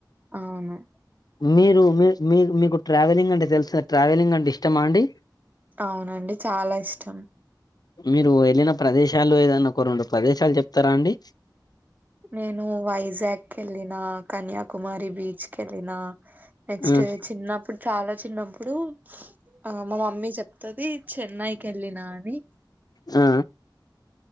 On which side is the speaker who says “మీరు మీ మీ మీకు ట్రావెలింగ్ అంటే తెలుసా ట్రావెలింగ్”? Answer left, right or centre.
Left